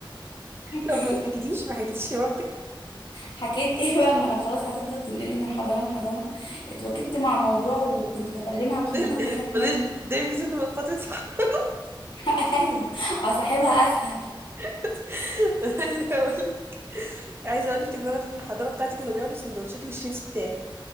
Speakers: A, on the left (about 70°); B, on the right (about 25°).
A: <laughs>
B: طب ما حكيتيش ما حكيتيش لمامتك
A: حكيت ايه بقى ما انا خلاص هتفضل تنقلي من حضانه لحضانه اتوكبت مع الموضوع وكنت بكلمها عشان
B: فضلت
A: <laughs> بخاف منها
B: فضلت تتضايقي طول ما- فترة الحضانة
A: <laughs> ايوه اصاحبها اسهل
B: <laughs> عايزة اقول لك عايزة اقول لك ان انا في الحضانة بتاعتي كانوا بياخدوا سندوتشاتي والشيبس بتاعي